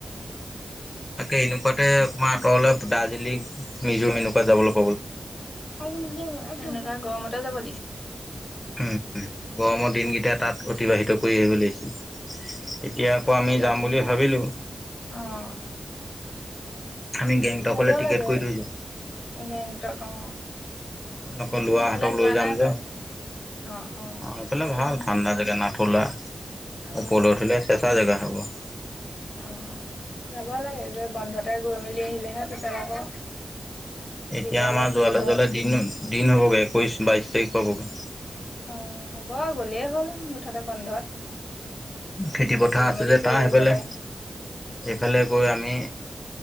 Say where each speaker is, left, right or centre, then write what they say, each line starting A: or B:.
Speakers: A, on the left; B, on the left.
A: তাকে এনেকুৱাতে অকমান আঁতৰলে দাৰ্জিলিং মিজো এনেকুৱা যাব লাগে
B: এনেকোৱা গৰমতে যাব লাগিছিলে
A: উম গৰমৰ দিনকেইটা তাত অতিবাহিত কৰি আহিব লাগিছিলে এতিয়া আকৌ
B: আগফালে
A: আমি যাম
B: ধুনীয়া
A: বুলি ভাবিলো।
B: অঁ
A: আমি গেংটো অকলে
B: যাব
A: টিকেট
B: লাগে
A: কৰি থৈছো।
B: গেংটক অঁ
A: আকৌ
B: মই
A: লোৱাহঁতক
B: সেইফালে যোৱা
A: লৈ যাম
B: নাই বাৰু
A: যে।
B: অঁ অঁ
A: এ ফালে
B: সেইফালে
A: ভাল
B: আমি
A: ঠাণ্ডা জেগা না লা
B: অঁ
A: উপলে উঠিলে চেচা জেগা হব। <unintelligible>
B: অ যাব লাগে গৈ বন্ধতে গৈ মেলি আহিলেহে পিছত আকৌ
A: এতিয়া
B: বিদ্যালয়
A: আমাৰ
B: খুলিলে
A: যোৱালে, যোৱাললে দিন, দিন হ'বগৈ একৈশ বাইশ তাৰিখ পাবগৈ।
B: অ হ'ব গলেই হ'ল মুঠতে বন্ধত।
A: খেতি পথাৰ
B: গৈ
A: আছে
B: মেলি
A: যে
B: ফুৰি
A: তাৰ
B: আহিব
A: সেইফালে
B: লাগে।
A: এইফালে গৈ আমি